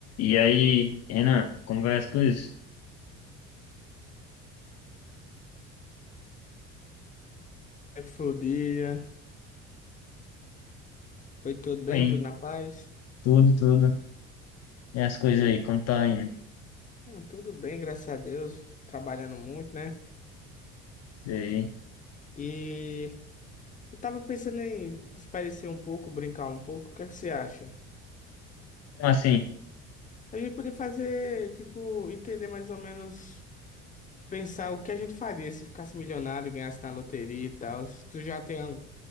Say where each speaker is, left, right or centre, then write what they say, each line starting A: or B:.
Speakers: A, on the left; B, on the left.
A: E aí, Renan, como vai as coisas?
B: Como é que foi o dia? Foi tudo bem?
A: Bem,
B: Tudo na paz?
A: tudo, tudo. E as coisas
B: É,
A: aí, como tá indo?
B: hum, tudo bem, graças a Deus. Trabalhando muito, né?
A: Sei.
B: E eu tava pensando em desaparecer um pouco, brincar um pouco. O que é que você acha?
A: Assim,
B: A gente podia fazer, tipo, entender mais ou menos, pensar o que a gente faria se ficasse milionário, ganhasse na loteria e tal. Tu já tem al-